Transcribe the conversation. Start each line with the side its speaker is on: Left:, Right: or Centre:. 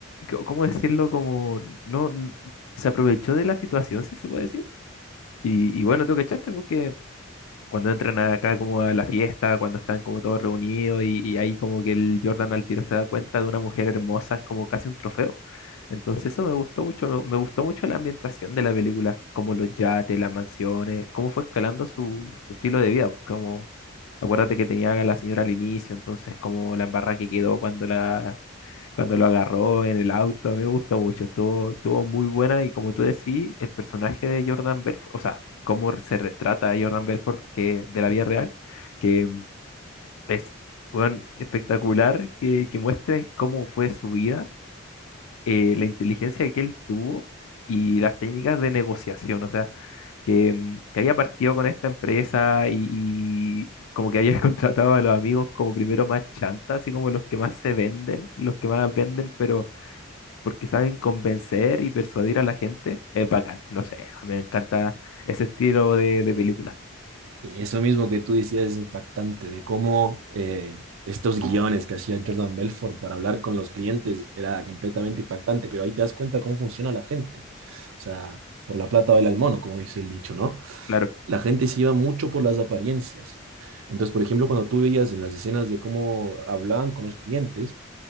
Left: co- ¿cómo decirlo? Como no, n- se aprovechó de la situación, si se puede decir. Y, y bueno, tú cachaste porque cuando entran acá como a la fiesta, cuando están como todos reunidos y, y ahí como que el Jordan al tiro se da cuenta de una mujer hermosa, es como casi un trofeo. Entonces eso me gustó mucho, me, me gustó mucho la ambientación de la película, como los yates, las mansiones, cómo fue escalando su, su estilo de vida, como acuérdate que tenía a la señora al inicio, entonces como la embarrada que quedó cuando la, cuando lo agarró en el auto, a mí me gusta mucho, estuvo, estuvo muy buena y como tú decís, el personaje de Jordan Belfort, o sea, cómo se retrata a Jordan Belfort que, de la vida real, que mm, es weón, espectacular que, que muestren cómo fue su vida, eh, la inteligencia que él tuvo y las técnicas de negociación, o sea, que, mm, que haya partido con esta empresa y... y Como que haya <laughs> contratado a los amigos como primero más chanta, así como los que más se venden, los que más venden, pero porque saben convencer y persuadir a la gente. Es bacán, no sé, a mí me encanta ese estilo de, de película,
Right: Sí, eso mismo que tú decías es impactante, de cómo eh, estos guiones que hacía Jordan Belfort para hablar con los clientes era completamente impactante, pero ahí te das cuenta cómo funciona la gente. O sea, por la plata baila el mono, como dice el dicho, ¿no?
Left: claro.
Right: la gente se iba mucho por las apariencias. Entonces, por ejemplo, cuando tú veías en las escenas de cómo hablaban con los clientes,